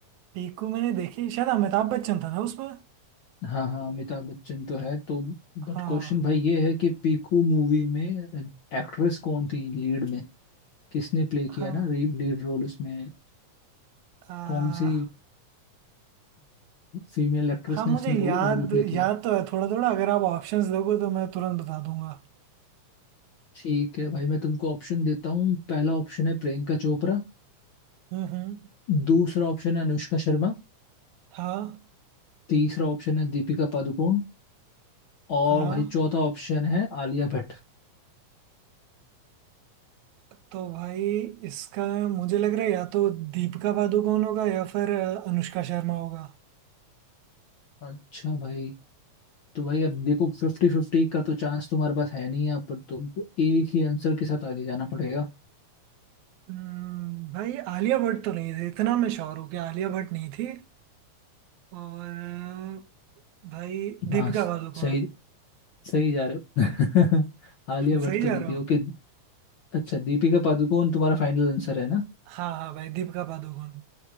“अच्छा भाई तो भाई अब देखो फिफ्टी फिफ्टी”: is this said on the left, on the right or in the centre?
Left